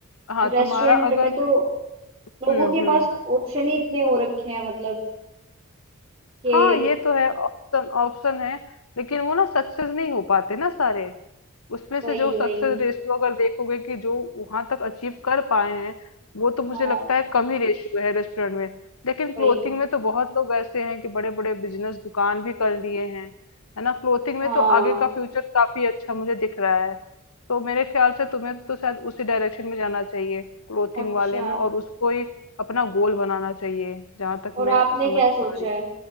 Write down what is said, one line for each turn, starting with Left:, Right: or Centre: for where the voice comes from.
Left: हाँ,
Right: रेस्टोरेंट
Left: तुम्हारा अगर
Right: में तो
Left: हुँ,
Right: लोगों के
Left: हुँ।
Right: पास ऑप्शन ही इतने हो रखे हैं मतलब कि
Left: हाँ ये तो है ऑप्शन ऑप्शन है लेकिन वो ना सक्सेस नहीं हो पाते ना सारे उसमें से
Right: वही
Left: जो सक्सेस
Right: वही
Left: रेशियो अगर देखोगे कि जो वहां तक अचीव कर पाए हैं वो तो मुझे
Right: हाँ
Left: लगता है कम ही रेशियो है रेस्टोरेंट में लेकिन क्लोथिंग
Right: वही
Left: में तो बहुत लोग ऐसे हैं कि बड़े बड़े बिजनेस दुकान भी कर लिए हैं है ना क्लोथिंग में
Right: हाँ
Left: तो आगे का फ्यूचर काफी अच्छा मुझे दिख रहा है तो मेरे ख्याल से तुम्हें तो शायद उसी डायरेक्शन में जाना चाहिए क्लोथिंग
Right: अच्छा
Left: वाले में और उसको ही अपना गोल बनाना चाहिए जहां तक
Right: और
Left: मैं
Right: आपने
Left: समझ
Right: क्या
Left: पा
Right: सोचा
Left: रही
Right: है
Left: हूँ